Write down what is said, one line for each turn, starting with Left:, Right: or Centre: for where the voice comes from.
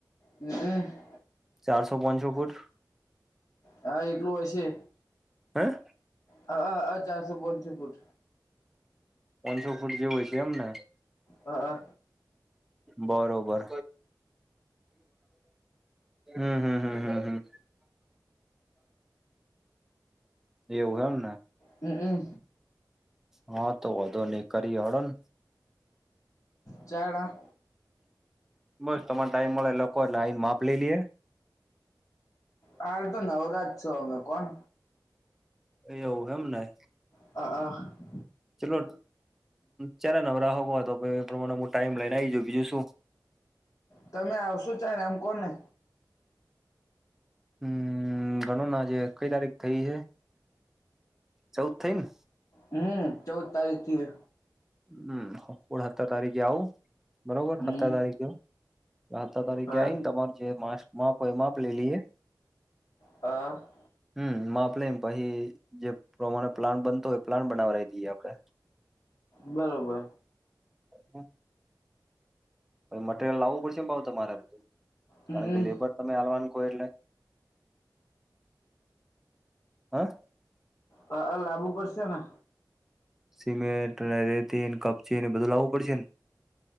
Left: હ હ.
Centre: ચારસો પાનસો ફૂટ.
Left: હા એટલું હશે.
Centre: હા.
Left: હ હ ચારસો પાનસો ફુટ.
Centre: પાનસો ફૂટ જેવું હશે એમને.
Left: હા
Centre: બરોબર. હમ હમ હમ હમ હમ એવું એમ ને
Left: હમ હમ
Centre: હા તો વધો નહી કરી હળો ને
Left: ચાર
Centre: બસ તમારે ટાઈમ મળે લોકો લા‌ઈ ને માપ લઈ લિએ.
Left: હાલ તો નવરા છો અમે પણ
Centre: એવું એમને
Left: હ હ
Centre: ચલો ચારે નવરાહ હો એ પ્રમાણે હ ટાઈમ લઈને આવી જાઉ બીજું શું
Left: તમે આવશો ચા ને એમ કો ને
Centre: હમ ઘણો નાજ કઈ તારીખ થઇ એ ચૌઉદ થ‌ઈ ને
Left: હમ ચૌદ તારીખ થી
Centre: હું હત્તર તારીખે આવું બરોબર
Left: હમ
Centre: હત્તર તારીખે. હતર તારીકેે
Left: હા
Centre: આઈને તમારું જે મા માપ હોય માપ લઈ લઈએ
Left: હા
Centre: હમ માપ લે‌ઈ પછી જે પ્રમાણે પ્લાન બનતો હોય પ્લાન બનાવાએ જ‌ઈએ આપડે
Left: બરોબર
Centre: હમ મટરિયલ લાવવું પડશે પણ તમારે
Left: હમ
Centre: કારણ કે લેબર તમે આલવાનું કો એટલે હા
Left: હા લાગુ પડશે ને
Centre: સિમેન્ટ અને રેતીન કપચીને બધું લાવવું પડશે ને.